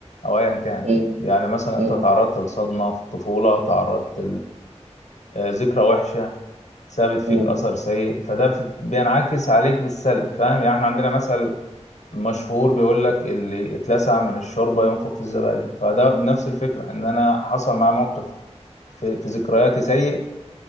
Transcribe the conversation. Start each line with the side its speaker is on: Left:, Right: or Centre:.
Left: أو أيا كان
Right: مم.
Left: يعني مثلا أنت
Right: مم.
Left: تعرضت لصدمة في الطفولة تعرضت لذكرى وحشة سابت فيك
Right: مم.
Left: أثر سيء فده بت- بينعكس عليك بالسلب فاهم يعني إحنا عندنا مثل مشهور بيقول لك اللي اتلسع من الشوربة ينفخ في الزبادي فده نفس الفكرة
Right: مم.
Left: إن أنا حصل معايا موقف في, في ذكرياتي سيء